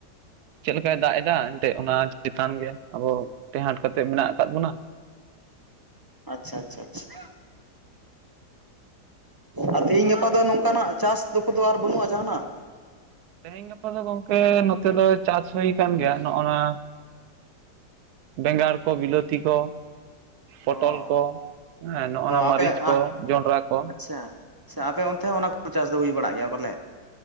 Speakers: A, on the right; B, on the right.
A: ᱪᱮᱫ ᱞᱮᱠᱟᱭ ᱫᱟᱜ ᱮᱫᱟ ᱮᱱᱛᱮᱜ ᱚᱱᱟ ᱪᱮᱛᱟᱱ ᱜᱮ ᱟᱵᱚ ᱴᱮᱸᱦᱟᱸᱴ ᱠᱟᱛᱮ ᱢᱮᱱᱟᱜ ᱟᱠᱟᱫ ᱵᱚᱱᱟ᱾
B: ᱟᱪᱪᱷᱟ ᱟᱪᱪᱷᱟ ᱟᱪᱪᱷᱟ, ᱟᱨ ᱛᱮᱦᱤᱧ ᱜᱟᱯᱟ ᱫᱚ ᱱᱚᱝᱠᱟᱱᱟᱜ ᱪᱟᱥ ᱫᱚ ᱠᱚᱫᱚ ᱟᱨ ᱵᱟᱹᱱᱩᱜᱼᱟ ᱡᱟᱦᱟᱱᱟᱜ?
A: ᱛᱮᱦᱮᱧ ᱜᱟᱯᱟ ᱫᱚ ᱜᱚᱝᱠᱮ ᱱᱚᱛᱮ ᱫᱚ ᱪᱟᱥ ᱦᱩᱭ ᱠᱟᱱ ᱜᱮᱭᱟ ᱱᱚᱜᱼᱱᱟ᱾ ᱵᱮᱸᱜᱟᱲ ᱠᱚ ᱵᱤᱞᱟᱹᱛᱤ ᱠᱚ ᱾ ᱯᱚᱴᱚᱞ
B: ᱚ
A: ᱠᱚ ᱦᱮᱸ ᱱᱚᱜᱼᱚ
B: ᱚ
A: ᱱᱚᱣᱟ
B: ᱟᱯᱮ
A: ᱢᱟᱹᱨᱤᱪ
B: ᱟ
A: ᱠᱚ, ᱡᱚᱸᱰᱨᱟ ᱠᱚ ᱾
B: ᱟᱪᱪᱷᱟ ᱟᱪᱪᱷᱟ ᱟᱯᱮ ᱚᱱᱛᱮ ᱦᱚᱸ ᱚᱱᱟ ᱠᱚ ᱪᱟᱥ ᱫᱚ ᱦᱩᱭ ᱵᱟᱲᱟᱜ ᱜᱮᱭᱟ ᱵᱚᱞᱮ?